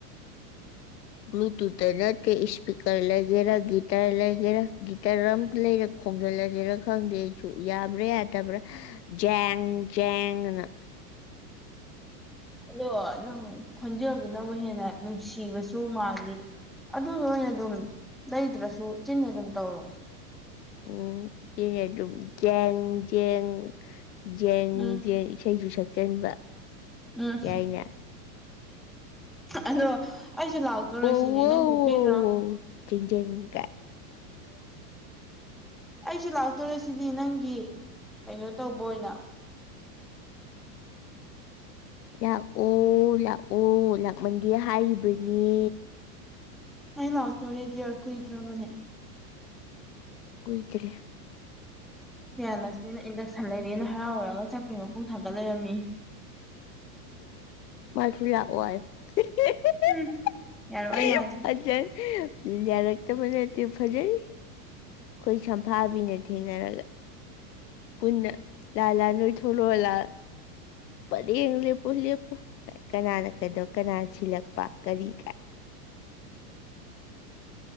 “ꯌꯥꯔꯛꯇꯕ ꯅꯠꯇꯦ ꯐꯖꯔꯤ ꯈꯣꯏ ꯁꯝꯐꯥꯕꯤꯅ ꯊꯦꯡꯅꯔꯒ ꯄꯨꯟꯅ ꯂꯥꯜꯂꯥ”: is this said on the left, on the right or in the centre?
Left